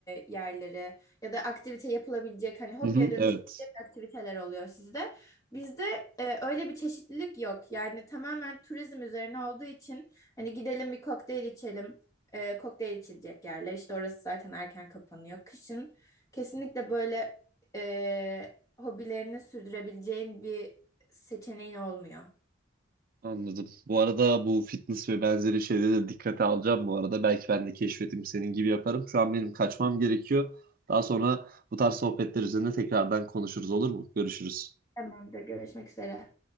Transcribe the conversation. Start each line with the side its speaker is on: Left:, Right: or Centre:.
Left: yerleri ya da aktivite yapılabilecek hani hobiye
Right: hı hı,
Left: dönüşebilecek
Right: evet.
Left: aktiviteler oluyor sizde. Bizde e, öyle bir çeşitlilik yok. Yani tamamen turizm üzerine olduğu için hani gidelim bir kokteyl içelim. E, kokteyl içilecek yerler işte orası zaten erken kapanıyor. Kışın kesinlikle böyle e, hobilerini sürdürebileceğin bir seçeneğin olmuyor.
Right: Anladım. Bu arada bu fitness ve benzeri şeyleri de dikkate alacağım bu arada. Belki ben de keşfetim senin gibi yaparım. Şu an benim kaçmam gerekiyor. Daha sonra bu tarz sohbetler üzerine tekrardan konuşuruz olur mu? Görüşürüz.
Left: Tamamdır. Görüşmek üzere.